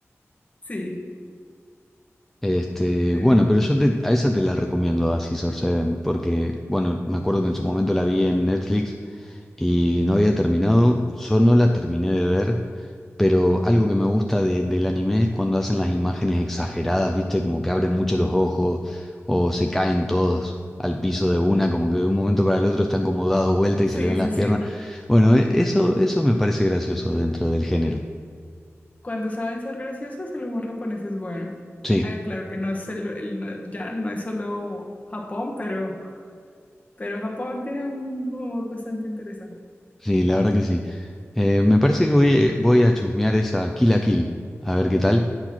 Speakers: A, on the left (about 30°); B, in the centre.
A: Sí,
B: Este,
A: sí,
B: bueno, pero yo te- a esa te la recomiendo a Scissor Seven, porque, bueno, me acuerdo que en su momento la vi en Netflix y no había terminado, yo no la terminé de ver, pero algo que me gusta de- del anime es cuando hacen las imágenes exageradas, ¿viste? Como que abren mucho los ojos o se caen todos al piso de una, como que de un momento para el otro están como dados vuelta y
A: sí,
B: se le ven
A: sí,
B: las
A: sí.
B: piernas. Bueno, e- eso, eso me parece gracioso dentro del género.
A: Cuando saben ser graciosos, el humor japonés es bueno.
B: Sí.
A: Ah, claro que no es el, el- no- ya no es solo Japón, pero, pero Japón tiene un humor bastante interesante.
B: Sí, la verdad que sí. Eh, me parece que voy, eh, voy a chusmear esa Kill a Kill, a ver qué tal,